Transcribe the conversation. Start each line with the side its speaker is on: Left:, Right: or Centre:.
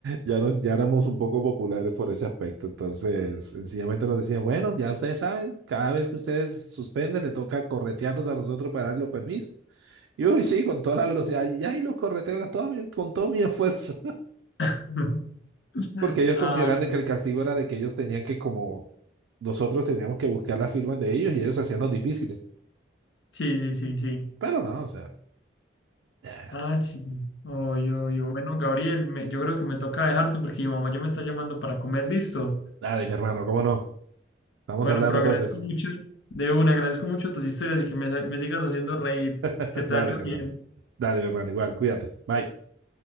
Right: Ya, no, ya éramos un poco populares por ese aspecto. Entonces, sencillamente nos decían, bueno, ya ustedes saben, cada vez que ustedes suspenden, le toca corretearnos a nosotros para darle permiso. Y uy, sí, con toda la velocidad. Y ahí los correteo a todo mi- con todo mi esfuerzo.
Left: <laughs>
Right: Porque ellos
Left: Ah,
Right: consideran de
Left: no.
Right: que el castigo era de que ellos tenían que, como nosotros teníamos que buscar las firmas de ellos y ellos hacían los difíciles.
Left: Sí, sí, sí, sí.
Right: Pero no, o sea, eh,
Left: Ah, sí. Oh, yo, yo. Bueno, Gabriel, me- yo creo que me toca dejarte porque mi mamá ya me está llamando para comer, listo.
Right: dale, mi hermano, ¿cómo no? Estamos
Left: Bueno,
Right: hablando
Left: pero
Right: entonces.
Left: agradezco mucho, de una, agradezco mucho tus historias y que me, me sigas haciendo reír.
Right: <laughs>
Left: Que te
Right: Dale,
Left: vaya
Right: mi hermano.
Left: bien.
Right: Dale, mi hermano, igual, cuídate. Bye.